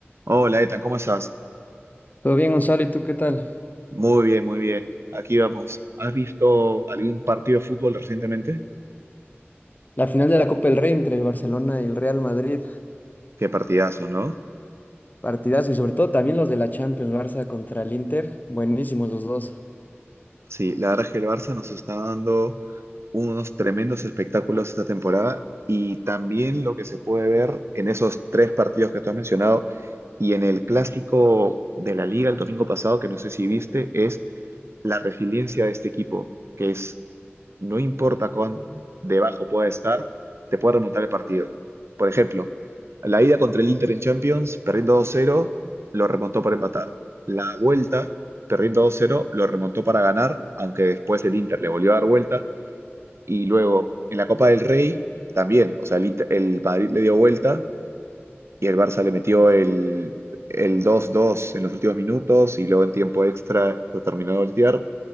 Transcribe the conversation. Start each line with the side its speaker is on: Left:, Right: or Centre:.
Right: Hola, Ethan, ¿cómo estás?
Left: Todo bien, Gonzalo, ¿y tú qué tal?
Right: Muy bien, muy bien. Aquí vamos. ¿Has visto algún partido de fútbol recientemente?
Left: La final de la Copa del Rey entre el Barcelona y el Real Madrid,
Right: Qué partidazo, ¿no?
Left: partidazo y sobre todo también los de la Champions, Barça contra el Inter, buenísimos los dos.
Right: Sí, la verdad es que el Barça nos está dando unos tremendos espectáculos esta temporada y también lo que se puede ver en esos tres partidos que tú has mencionado y en el clásico de la Liga el domingo pasado, que no sé si viste, es la resiliencia de este equipo, que es no importa cuán debajo pueda estar, te puede remontar el partido. Por ejemplo, la ida contra el Inter en Champions, perdiendo 2-0, lo remontó para empatar. La vuelta, perdiendo 2-0, lo remontó para ganar, aunque después el Inter le volvió a dar vuelta. Y luego, en la Copa del Rey, también, o sea, el, Inter- el Madrid le dio vuelta y el Barça le metió el, el 2-2 en los últimos minutos y luego en tiempo extra lo terminó de voltear